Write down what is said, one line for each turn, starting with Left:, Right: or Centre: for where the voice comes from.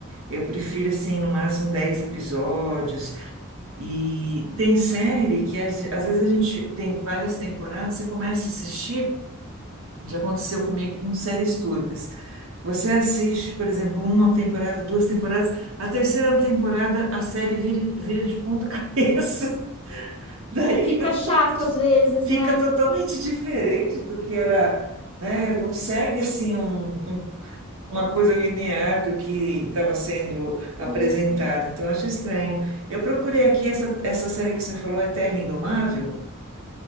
Right: Eu prefiro, assim, no máximo 10 episódios, e tem série que às às vezes a gente tem várias temporadas, você começa a assistir, já aconteceu comigo com séries turcas. Você assiste, por exemplo, uma temporada, duas temporadas, a terceira temporada a série vira, vira de ponta <laughs> cabeça. Daí
Left: E fica
Right: fica totalmente,
Left: chato às vezes,
Right: fica
Left: né?
Right: totalmente diferente do que era, né? Não segue assim um, um uma coisa linear do que estava sendo
Left: Sim.
Right: apresentado. Então, eu acho estranho. Eu procurei aqui essa, essa série que você falou, é Terra Indomável?